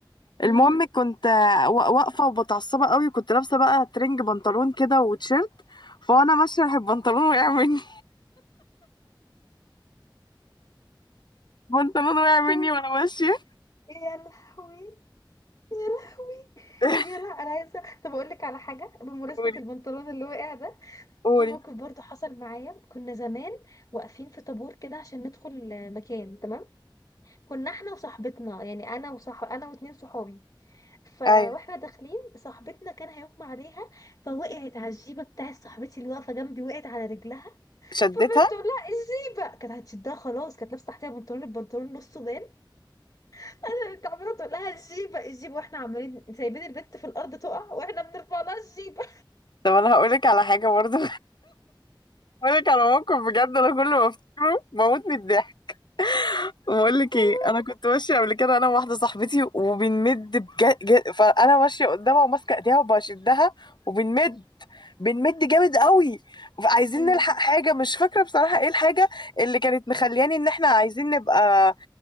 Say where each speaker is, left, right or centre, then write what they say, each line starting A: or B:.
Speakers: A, on the left; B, on the left.
A: امم
B: المهم كنت آه، وا- واقفه ومتعصبه قوي وكنت لابسه بقى ترنج بنطلون كده وتيشيرت فانا ماشيه راح البنطلون وقع مني <laughs> البنطلون وقع
A: بس
B: مني
A: هو-
B: وانا ماشيه
A: يا لهوي يا لهوي
B: <laughs>
A: يا لا أنا عايزة طب أقول لك على حاجة بمناسبة
B: قولي
A: البنطلون اللي وقع ده
B: قولي
A: في موقف برضه حصل معايا كنا زمان واقفين في طابور كده عشان ندخل مكان تمام كنا احنا وصاحبتنا يعني أنا وصح أنا واتنين صحابي فواحنا
B: ايوه
A: داخلين صاحبتنا كان هيغمى عليها فوقعت على الجيبه بتاع صاحبتي اللي واقفه جنبي وقعت على رجلها
B: شدتها
A: فبنت تقول لها الجيبه كانت هتشدها خلاص كانت لابسه تحتها بنطلون البنطلون نصه بان <laughs> انا كنت عماله تقول لها الجيبه الجيبه واحنا عمالين سايبين البنت في الارض تقع واحنا بنرفع لها الجيبه
B: طب انا هقولك على حاجه برضه بقولك على موقف بجد انا كل ما افتكره بموت من الضحك بقول لك
A: <laughs>
B: ايه انا كنت ماشيه قبل كده انا وواحده صاحبتي وبنمد بجد ج... فانا ماشيه قدامها وماسكه ايديها وبشدها وبنمد بنمد جامد قوي عايزين
A: أمم.
B: نلحق حاجه مش فاكره بصراحه ايه الحاجه اللي كانت مخلياني ان احنا عايزين نبقى